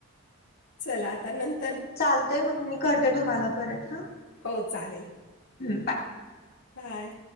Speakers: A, on the left; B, on the left.
A: चला नंत
B: चालतय मग मी करते तुम्हाला परत हा
A: हो चालेल
B: हम बाय
A: बाय